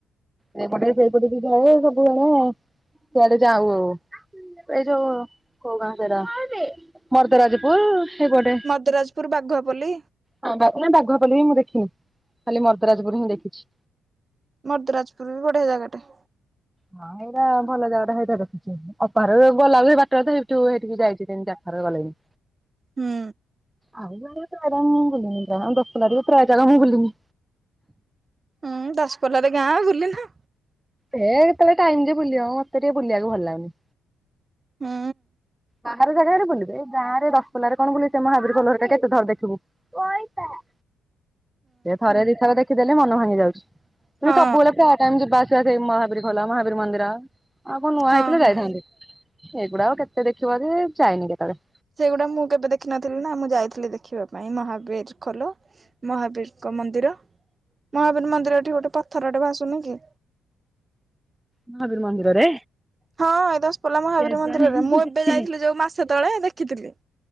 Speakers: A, in the centre; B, on the right (about 30°).
A: ସେଇପଟେ ସେଇପଟକୁ ଯାଏ ସବୁବେଳେ ଆଉ ସେଆଡେ ଯାଉ ଆଉ। ଏଇ ଯୋଉ କୋଉ ଗାଁ ସେରା ମର୍ଦରାଜପୁର। ସେପଟେ
B: ମର୍ଦରାଜପୁର ବାଘୁଆପଲ୍ଲୀ।
A: <unintelligible> ବାଘୁଆପଲ୍ଲୀ ବି ମୁଁ ଦେଖିନି ଖାଲି ମର୍ଦରାଜପୁୁର ହିଁ ଦେଖିଚି।
B: ମର୍ଦରାଜପୁର ବି ବଢିଆ ଜାଗାଟେ।
A: ହଁ ଏଇରା ଭଲ ଜାଗାଟା ସେଇଟା ଦେଖିଚି। ଅପା ହରକୁ ଗଲା ବେଳେ ବାଟରେ ତ ଗୁପଚୁପ ଖାଇକି ସେଇଠିକି ଯାଇଥିନି ତିନି ଚାର ଥର ଗଲେଣିି।
B: ହୁଁ
A: ଆଉ ଯୁଆଡେ ପ୍ରାଏ ଯାଗା ମୁଁ ବୁଲିକି ପ୍ରାଏ ଦଶପଲ୍ଲା ରେ ପ୍ରାଏ ଜାଗା ମୁଁ ବୁଲିନି।
B: ହୁଁ ଦଶପଲ୍ଲ ରେ ଗାଁ ବୁଲିଲା।
A: ହେ କେତେବେଳେ ଟାଇମ ଯେ ବୁିଲିବା ମତେ ଟିକେ ବୁଲିଆକୁ ଭଲ ଲାଗୁନି।
B: ହୁଁ
A: ବାହାର ଜାଗାଆଡେ ବୁଲିବେ ଏ ଗାଁ ରେ ଦଶପଲ୍ଲା ରେ କଣ ବୁଲିତେ ସେ ମହାବୀର ଖୋଲ ଘରିକା କେତେଥର ଦେଖିବୁ। <inaudible> ସେ ଥରେ ଦି ଥର ଦେଖିଦେଲେ ମନ ଭାଙ୍ଗି ଯାଉଛି ତୁମେ
B: ହଁ
A: ସବୁବେଳେ ପ୍ରାଏ ଟାଇମ୍ ଯିବା ଆ ସେଟା ସେଇ ମହାବୀର ଖୋଲ ମହାବୀର ମନ୍ଦିର ଆଉ କଣ ନୂଆ
B: ହଁ
A: ହେଇଥିଲେ
B: ହଁ।
A: ଯାଇଥାନ୍ତି। ଏଗୁଡାକ କେତେ ଦେଖିବ ଯେ ଚାଇନି କେତେବଳେ।
B: ସେଗୁଡା ମୁଁ କେବେ ଦେଖିନଥିଲି ନା ମୁଁ ଯାଇଥିଲି ଦେଖିବା ପାଇଁ ମହାବୀର ଖୋଲ। ମହାବୀରଙ୍କ ମନ୍ଦିର ମହାବୀର ମନ୍ଦିର ଠି ଗୋଟେ ପଥରଟେ ଭାସୁନି କି?
A: ମହାବୀର ମନ୍ଦିରରେ
B: ହଁ ଏ ଦଶପଲ୍ଲା ମହାବୀର
A: କେଜାଣି
B: ମନ୍ଦିରେରେ ମୁଁ
A: ଦେଖିନି
B: ଏବେ ଯାଇଥିଲି ଯୋଉ ମାସେ ତଳେ ଦେଖିଥିଲି।